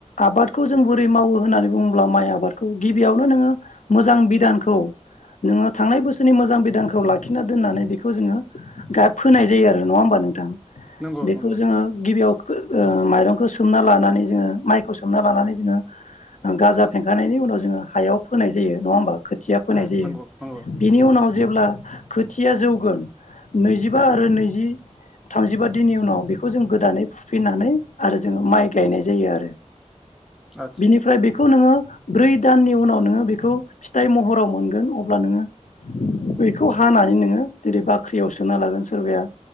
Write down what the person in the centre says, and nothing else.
नंगौ
नंगौ
उम
नंगौ नंगौ
उम
आदसा